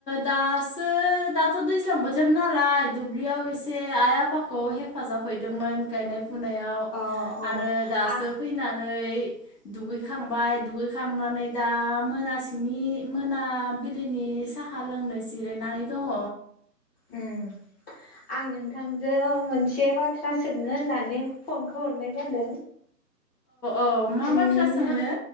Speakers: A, on the left (about 70°); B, on the left (about 35°).
A: दासो दाथ दैज्लां बोथोर नालाय दुब्लियाव एसे आइ आफाखौ हेफाजाब हैदोंमोन गायनाय फुनायाव
B: अ अ
A: आरो दासो
B: आ
A: फैनानै दुगैखांबाय दुगैखांनानै दा मोनासिनि मोनाबि लिनि साहा लोंनो जिरायनानै दङ।
B: उम आं नोंथांजों मोन से बाथ्रा सोंनो होननानै फनखौ हरनाय जादों।
A: औ मा
B: उम
A: बाथ्रा
B: नोथां
A: सोंनो